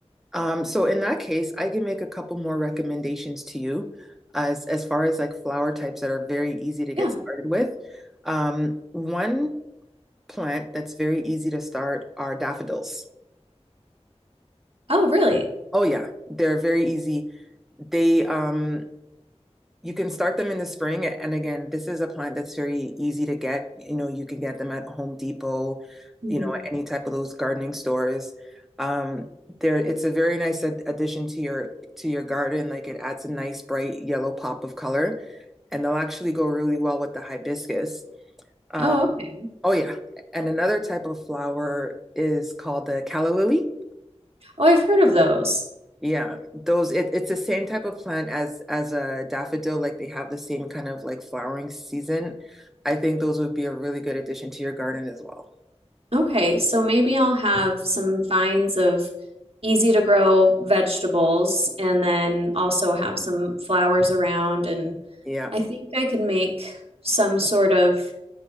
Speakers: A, in the centre; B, on the right.
A: Um, so in that case, I can make a couple more recommendations to you as as far as like flower types that are very easy to
B: Yeah.
A: get started with. Um, one plant that's very easy to start are daffodils.
B: Oh, really?
A: Oh yeah, they're very easy. They um you can start them in the spring and again, this is a plant that's very easy to get. You know, you can get them at Home Depot,
B: Mhm.
A: you know, any type of those gardening stores. Um there it's a very nice ad addition to your to your garden. Like it adds a nice bright yellow pop of color and they'll actually go really well with the hibiscus. Uh,
B: Oh, okay.
A: oh yeah. And another type of flower is called the calla lily.
B: Oh, I've heard of those.
A: Yeah, those it, it's the same type of plant as as a daffodil, like they have the same kind of like flowering season. I think those would be a really good addition to your garden as well.
B: Okay, so maybe I'll have some vines of easy to grow vegetables and then also have some flowers around and
A: Yeah.
B: I think I can make some sort of